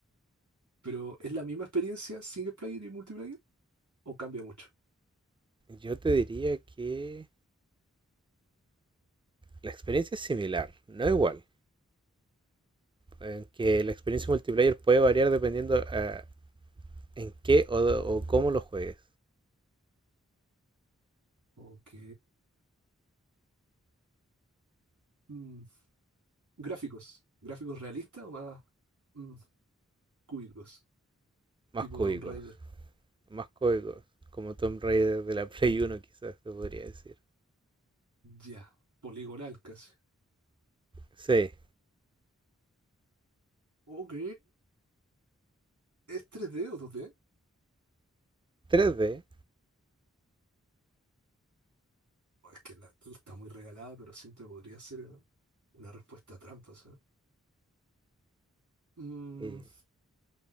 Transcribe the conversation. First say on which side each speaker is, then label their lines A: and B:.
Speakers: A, on the right; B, on the right.
A: Pero ¿es la misma experiencia single player y multiplayer? ¿O cambia mucho?
B: Yo te diría que la experiencia es similar, no igual. eh, que la experiencia multiplayer puede variar dependiendo ah, en qué o, o cómo lo juegues.
A: Ok. Mm, Gráficos. ¿Gráficos realistas o más mm, cúbicos?
B: Más
A: Tipo
B: cúbicos,
A: Tomb Raider.
B: más cúbicos. Como Tomb Raider de la <laughs> Play uno quizás se podría decir.
A: Ya. Poligonal casi.
B: Sí,
A: Ok. es tres 3D o dos d
B: 3D.
A: Oh, Es que la, está muy regalada, pero siento que podría ser una respuesta trampa, ¿sabes? Mm,
B: eh,